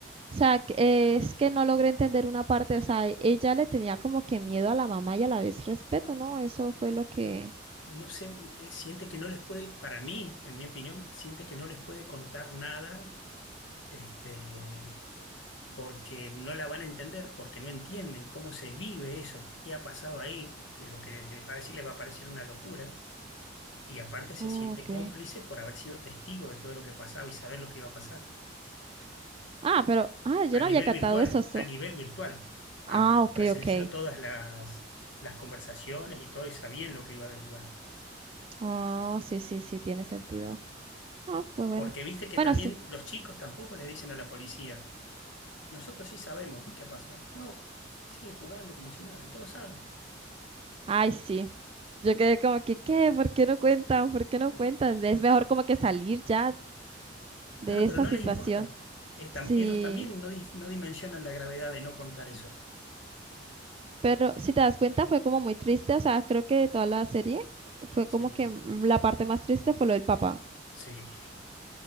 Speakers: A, on the right (about 30°); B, on the left (about 75°).
A: O sea, que- eh, es que no logré entender una parte, o sea, ella le tenía como que miedo a la mamá y a la vez respeto, ¿no? Eso fue lo que...
B: no sé, eh, siente que no les puede, para mí, en mi opinión, siente que no les puede contar nada, este, porque no la van a entender, porque no entienden cómo se vive eso, qué ha pasado ahí, que lo que les va a decir les va a parecer una locura, y aparte se
A: Oh,
B: siente
A: ok.
B: cómplice por haber sido testigo de todo lo que pasaba y saber lo que iba a pasar.
A: Ah, pero... Ah, yo
B: A
A: no
B: nivel
A: había cantado
B: virtual,
A: eso, o sea...
B: a nivel virtual, a-
A: Ah, ok,
B: presenció
A: ok.
B: todas las, las conversaciones y todo y sabían lo que iba a derivar.
A: Oh, sí, sí, sí, tiene sentido. Ah, pues bueno.
B: Porque viste que
A: Bueno,
B: también
A: sí.
B: los chicos tampoco les dicen a la policía. Nosotros sí sabemos qué pasó. No, siguen jugando como si nada y todos saben.
A: Ay, sí. Yo quedé como que, ¿qué? ¿Por qué no cuentan? ¿Por qué no
B: Eh,
A: cuentan? Es mejor como que salir ya
B: Claro,
A: de
B: pero
A: esa
B: no
A: situación.
B: les importa. Eh, tam-
A: Sí.
B: ellos también no, dis- no dimensionan la gravedad de no contar eso.
A: Pero si te das cuenta, fue como muy triste. O sea, creo que de toda la serie fue
B: Sí.
A: como que m- la parte más triste fue lo del papá.
B: Sí.